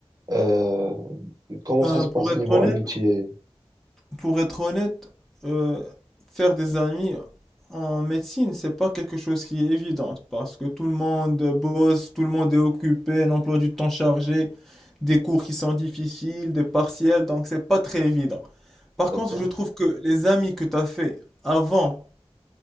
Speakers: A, on the right (about 35°); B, in the centre.
A: Euh, comment
B: Ben,
A: ça se
B: pour
A: passe
B: être
A: niveau
B: honnête,
A: amitié?
B: Pour être honnête, euh, faire des amis en médecine, c'est pas quelque chose qui est évident parce que tout le monde bosse, tout le monde est occupé, un emploi du temps chargé, des cours qui sont difficiles, des partiels, donc c'est pas très évident. Par
A: D'accord?
B: contre, je trouve que les amis que tu as fait avant